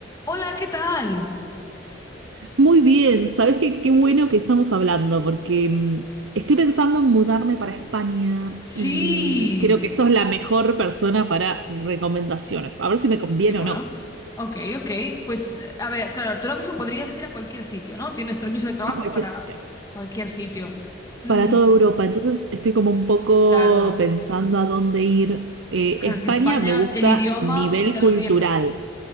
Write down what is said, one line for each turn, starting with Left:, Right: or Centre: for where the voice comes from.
Left: Hola, ¿qué tal?
Right: Muy bien, ¿sabes qué? Qué bueno que estamos hablando, porque mm, estoy pensando en mudarme para España
Left: Sí,
Right: y creo que sos la mejor persona para recomendaciones. A ver si me conviene
Left: sí, bueno.
Right: o no.
Left: Ok, ok. Pues, a ver, claro, tú lo mismo podrías ir a cualquier sitio, ¿no? Tienes permiso de trabajo
Right: A cualquier
Left: para
Right: sitio.
Left: cualquier sitio. Mm,
Right: Para toda Europa. Entonces estoy como un poco
Left: claro,
Right: pensando a dónde ir. Eh,
Left: claro,
Right: España
Left: es que España,
Right: me gusta
Left: el idioma
Right: nivel
Left: ya
Right: cultural,
Left: lo tienes.